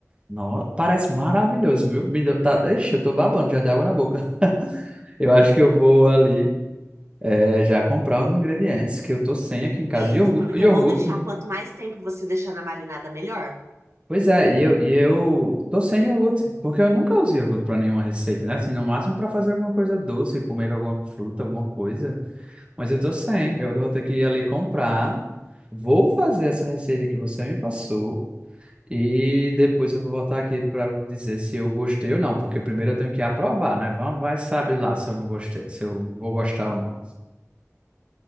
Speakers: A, on the right; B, on the right.
A: No, parece maravilhoso, viu? Me deu, tá, ixi, eu tô babando já de água na boca. <laughs> Eu acho que eu vou ali, é, já comprar os ingredientes que eu tô sem aqui em casa. Iogurte,
B: Isso, porque é bom deixar. Quanto mais tempo você deixar na marinada, melhor.
A: Pois é, e eu, e eu tô sem iogurte, porque eu nunca usei iogurte pra nenhuma receita, né? Assim, no máximo pra fazer alguma coisa doce, comer com alguma fruta, alguma coisa. Mas eu tô sem, eu
B: Tá?
A: vou ter que ir ali comprar. Vou fazer essa receita que você me passou e depois eu vou voltar aqui pra dizer se eu gostei ou não, porque primeiro eu tenho que aprovar, né? Vamos, vai saber lá se eu não gostei, se eu vou gostar ou não.